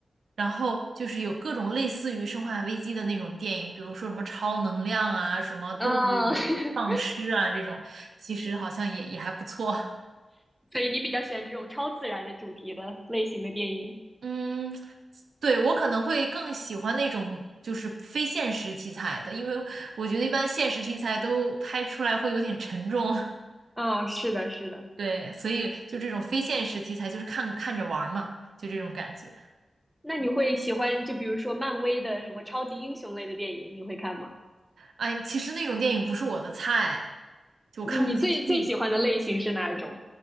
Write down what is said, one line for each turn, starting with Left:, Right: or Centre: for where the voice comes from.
Right: 然后就是有各种类似于《生化危机》的那种电影，比如说什么超能量啊、什么动物啊、
Centre: 啊。
Right: 丧尸啊这种，
Centre: <laughs>
Right: 其实好像也也还不错。<laughs>
Centre: 所以你比较喜欢这种超自然的主题的类型的电影
Right: 嗯，对，我可能会更喜欢那种就是非现实题材的，因为我觉得一般现实题材都拍出来会有点沉重。<laughs>
Centre: 啊？是的，是的。
Right: 对，所以就这种非现实题材，就是看看着玩儿嘛，就这种感觉。
Centre: 那你会喜欢就比如说漫威的什么超级英雄类的电影，你会看吗？
Right: 哎，其实那种电影不是我的菜，就我看不进去。
Centre: 你最最喜欢的类型是哪一种？